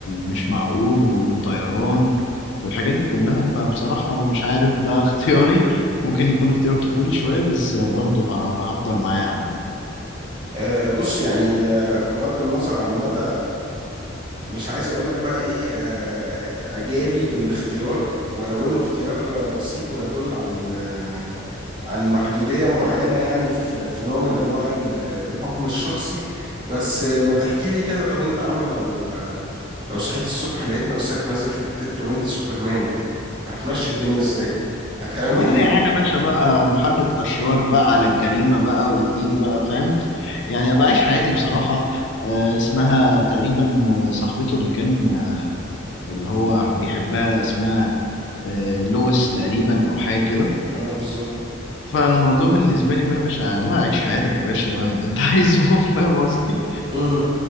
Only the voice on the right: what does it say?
آه، بص يعني آه، بغض النظر عن مدى مش عايز اقول لك بقى ايه آه، اعجابي بالاختيار ولو انه اختيار آه، بسيط ويدل عن آه، عن محدودية معينة يعني في في نوع من انواع ال- الحكم الشخصي بس آه، ما تحكي لي كده طب انت يا عم لو آه، لو صحيت الصبح لقيت نفسك نازل في التتر وانت سوبرمان هتمشي الدنيا ازاي هتعمل
ايه
اه بالظبط
امم